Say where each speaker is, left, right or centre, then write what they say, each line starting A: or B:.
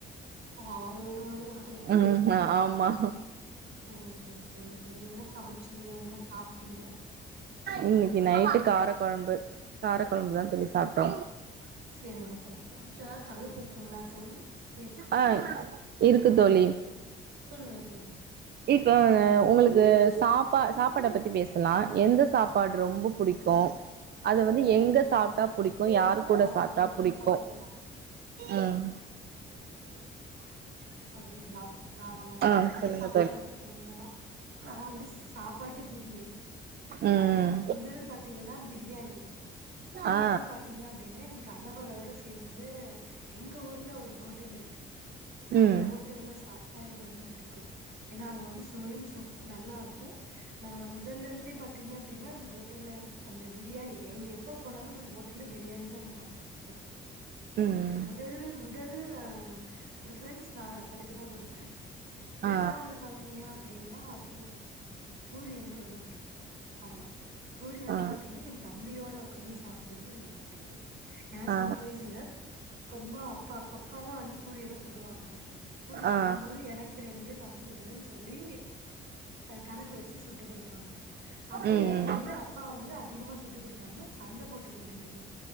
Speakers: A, on the right (about 80°); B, on the right (about 55°).
A: அவங்க விடும் போது வாட்
B: ம் ஆமா
A: செரிங்க தோழி செரிங்க தோழி என்ன சமைச்சீங்க என்ன சாப்ட்டீங்க
B: இன்னக்கி நைட்டு கார கொழம்பு கார கொழம்பு தா தோழி சாப்ட்டோ
A: செரிங்க தோழி எதாது தலைப்பு இருக்குங்ளா தோழி பேசுறதுக்கு
B: ஆ இருக்கு தோழி
A: சொல்லுங்க தோழி
B: இப்ப ஒங்களுக்கு சாப் சாப்பாட பத்தி பேசலா எந்த சாப்பாடு ரொம்ப புடிக்கு அது வந்து எங்க சாப்டா புடிக்கு யாரு
A: புடிச்ச
B: கூட
A: சாப்பாடு
B: சாப்டா
A: அப்டின்னு
B: புடிக்கு
A: பாத்தீங்கன்னா
B: ம்
A: சொல்லிட்லாம் தாராளமா
B: ஆ
A: நெறைய
B: சொல்லுங்க
A: சாப்பாடு இருக்கு தோழி ஏன்னா நா வந்து சாப்பாட்டு பிரியை
B: ம்
A: ஆ முதல் பாத்தீங்கன்னா பிரியாணி பிரியாணி
B: ஆ
A: பாத் தீங்க அப்டின்னா ஏ கணவரோட சேந்து எங்க ஊர்ல ஒரு ஹோட்டல் இருக்கு அந்த
B: ம்
A: ஹோட்டல்ல சாப்ட்டா எனக்கு ரொம்ப புடிக்கு ஏன்னா அங்க வந்து சுவையு சூப் நல்லா இருக்கு நாங்க முதல்ல இருந்தே பாத்தீங்க அப்டின்னா அந்த ஹோட்டல்ல அந்த பிரியாணி எங்க எப்ப போனாலும் அந்த ஹோட் டல்ல பிரியாணிதா நம்ம ஆடர் பண்ணோ
B: ம்
A: முதல் முதல்ல ப்ரீபரன்ஸ் நா அதுக்கு தா குடுப்பே இரண்டாவது
B: ஆ
A: பாத்தீங்க அப்டின்னா பூரி பூரி எனக்கு ரொம்ப புடிக்கு ஆமா பூரி வந்து
B: ஆ
A: பாத்தீங்கன்னா ஏ தம்பியோட ஒக்காந்து சாப்ட்றதுக்கு எனக்கு ரொம்ப புடிக்கு ஏன்னா
B: ஆ
A: சின்ன வயசுல அம்மா அப்பா அப்பாதா வந்து பூரி எல்லா சுடுவாங்க பூரி சுடும்
B: ஆ
A: போது எனக்கு ரெண்டு தம்பிக்கு ரெண்டுன்னு சொல்லி கணக்கு வச்சி சுட்டு குடுப் பாங்க அப்போ
B: ம்
A: எனக்கு
B: ம்
A: வந்து அப்பா வந்து அதிகமா சுட்டு குடுத்தாங்கன்னா சண்ட போட்டுக்குவோ ரெண்டு பேரு